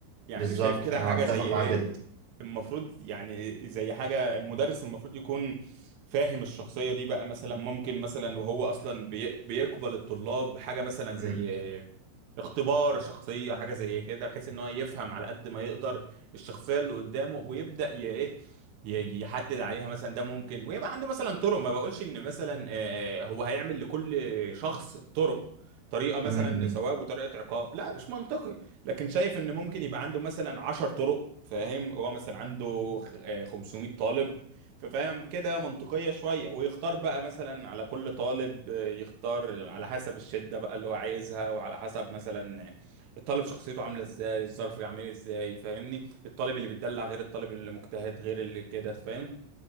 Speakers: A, on the right; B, on the right.
A: يعني
B: بالظبط
A: شايف كده
B: انا
A: حاجة
B: اتفق
A: زي
B: معاك
A: ايه
B: جدا
A: المفروض يعني زي حاجة المدرس المفروض يكون فاهم الشخصية دي بقى مثلا ممكن مثلا وهو اصلا بي- بيقبل الطلاب حاجة مثلا زي
B: امم
A: اختبار شخصية حاجة زي كده بحيث ان هو يفهم على قد ما يقدر الشخصية اللي قدامه ويبدأ ي- ايه ي- يحدد عليها مثلا ده ممكن ويبقى عنده مثلا طرق ما بقولش ان مثلا آه، هو هيعمل لكل شخص طرق طريقة مثلا
B: امم
A: ثواب وطريقة عقاب لا مش منطقي لكن شايف ان ممكن يبقى عنده مثلا 10 طرق فاهم هو مثلا عنده خ- آه، 500 طالب ففاهم كده منطقية شوية ويختار بقى مثلا على كل طالب آه، يختار على حسب الشدة بقى اللي هو عايزها وعلى حسب مثلا آه، الطالب شخصيته عاملة ازاي الظرف عامل ازاي فاهمني الطالب اللي بيتدلع غير الطالب اللي مجتهد غير اللي كده فاهم